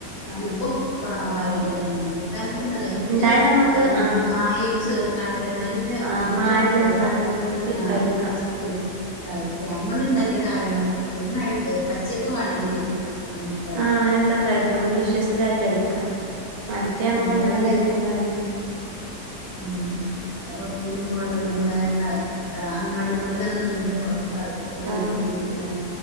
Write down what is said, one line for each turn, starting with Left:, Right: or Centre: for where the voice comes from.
Right: ആ
Left: ഇപ്പം വ വഴുതനെണ് ഇപ്പ നമുക്ക് എന്താ അറിയാേ നമുക്ക്
Right: ഉണ്ടായി നമുക്ക്
Left: ഏ
Right: ആ
Left: മായം ചേർ ക്കാത്തെ നല്ല
Right: ആ
Left: ഫുഡ
Right: മായം
Left: നമുക്ക്
Right: ചേർക്കാതെ നമുക്ക്
Left: ആ
Right: കഴിക്കാം
Left: കി കയിക്ക നമ്മള് ഇണ്ടാക്കിയതായോണ്ട് നമ്മുക്ക് പൂർണായിട്ട് പച്ചക്ക് വേണെങ്കില് അമ്മക്ക് കയിക്കാ
Right: ആ അങ്ങനെയൊക്കെ കഴിക്കാം നമുക്ക് വിശ്വസ്തായി കഴിക്കാം മറ്റേ നമ്മളങ്ങനെ
Left: അതേമാതിരി
Right: കഴിക്കാൻ പാടില്ല
Left: ഉം എപ്പം പിന്നെ മൊളകില്ലേ മ്മളെ ക ആ അങ്ങാടി മൊളക് അർഞ്ഞ നീണ്ട മൊളക് കറിക്കു പോയി
Right: ആ
Left: ഉപയോഗിക്ക്ണ